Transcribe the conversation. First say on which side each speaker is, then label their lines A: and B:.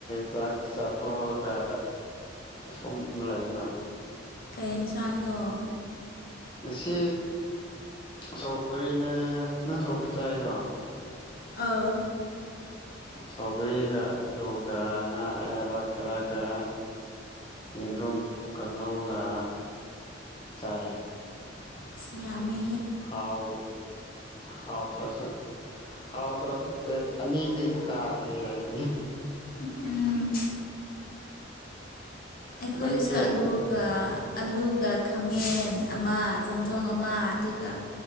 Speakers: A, on the left; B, on the left.
A: ꯆꯥꯛ ꯆꯥꯊꯣꯛꯑꯒ ꯑꯁꯣꯝ ꯂꯩꯥꯑꯦꯕ
B: ꯀꯩ ꯍꯦꯟꯁꯥꯡꯅꯣ
A: ꯉꯁꯤ ꯁꯧꯒ꯭ꯔꯤꯅꯦ ꯅꯪ ꯁꯧꯒ꯭ꯔꯤ ꯆꯥꯏꯀꯣ
B: ꯑꯥ
A: ꯁꯧꯒꯔꯤꯒ ꯑꯂꯨꯒ ꯉꯥ ꯑꯌꯥꯏꯕ ꯈꯔꯒ ꯌꯦꯟꯗ꯭ꯔꯣꯝ ꯀꯥꯡꯉꯧꯒ ꯆꯥꯏ
B: ꯑꯁ ꯌꯥꯝꯃꯦ
A: ꯍꯥꯎ ꯍꯥꯎꯇ꯭ꯔꯁꯨ ꯍꯥꯎꯇ꯭ꯔꯁꯨ ꯄ꯭ꯂꯦꯠ ꯑꯅꯤꯗꯩꯗꯤ ꯇꯥꯗꯦꯍꯦ ꯑꯩꯗꯤ
B: ꯎꯝ ꯑꯩꯈꯣꯏꯁꯨ
A: ꯅꯪꯗꯤ
B: ꯑꯂꯨꯒ ꯑꯂꯨꯒ ꯈꯥꯃꯦꯟ ꯑꯃ ꯆꯝꯊꯣꯡ ꯑꯃ ꯑꯗꯨꯒ